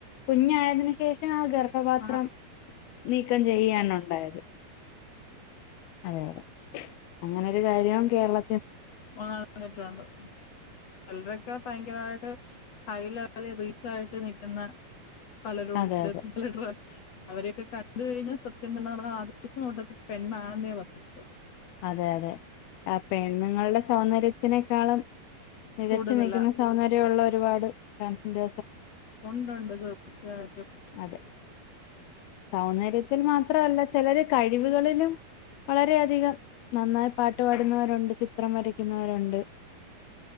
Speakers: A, on the left; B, on the left.
A: കുഞ്ഞായതിന് ശേഷം ആ ഗർ ഭപാത്രം
B: ആ
A: നീക്കം ചെയ്യാണ് ഉണ്ടായത്. അതെ അതെ അങ്ങനൊരു കാര്യം കേരള
B: ആ കേട്ട്യാൺണ്ട് ചെലൊരൊ ഒക്കെ ഭയങ്കമായിട്ട് ഹൈ ലെവല് റീച്ച് ആയിട്ട് നിക്കുന്ന പലരുംണ്ട്
A: അതെ അതെ
B: <unintelligible> അവരെയൊക്കെ. അത് കഴിഞ്ഞാൽ <unintelligible> സത്യം പറഞ്ഞാൽ ആദ്യത്തെ നോട്ടത്തിൽ പെണ്ാണെന്നേ പറഞ്.
A: അതെ അതെ ആ പെണ്ണുങ്ങളുടെ സൗന്ദര്യത്തിനേക്കാളും മികച്ചു
B: കൂടുതലാ
A: നീക്കുന്ന സൗന്ദര്യമുള്ള ഒരുപാട് ട്രൻസിന്റെ
B: ഉണ്ടുണ്ട് തീച്ചായിട്ടും.
A: അതെ സൗന്ദര്യത്തിൽ മാത്രല്ല ചിലര് കഴിവുകളിലും വളരെയധികം നന്നായി പാട്ടു പാടുന്നവരുണ്ട് ചിത്രം വരയ്ക്കുന്നവരുണ്ട്. <unintelligible>